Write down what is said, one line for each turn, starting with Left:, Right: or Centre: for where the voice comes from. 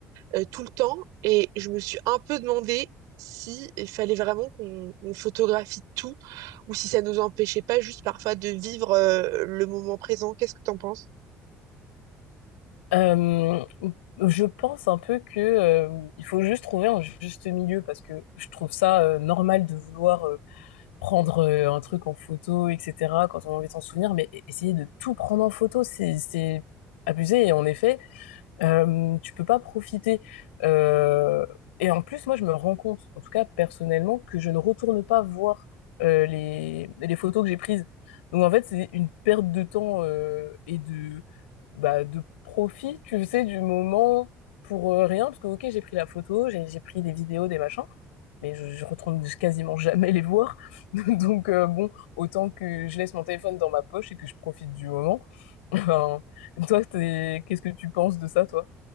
Right: euh, tout le temps. Et je me suis un peu demandé si il fallait vraiment qu'on on photographie tout, ou si ça nous empêchait pas juste parfois de vivre euh, le moment présent. Qu'est-ce que t'en penses?
Left: Euh, je pense un peu que euh, il faut juste trouver un juste milieu parce que je trouve ça euh, normal de vouloir euh, prendre euh, un truc en photo, etc. quand on a envie de s'en souvenir, mais e- essayer de tout prendre en photo, c'est c'est abusé. Et en effet, euh, tu peux pas profiter. Euh, et en plus, moi, je me rends compte, en tout cas personnellement, que je ne retourne pas voir euh, les, les photos que j'ai prises. Donc en fait, c'est une perte de temps euh, et de, bah, de profit, tu sais, du moment pour euh, rien. Parce que, ok, j'ai pris la photo, j'ai j'ai pris des vidéos, des machins, mais je, je retourne <laughs> quasiment jamais les voir. <laughs> Donc euh, bon, autant que je laisse mon téléphone dans ma poche et que je profite du moment. <laughs> <laughs> Toi, t'es- qu'est-ce que tu penses de ça, toi?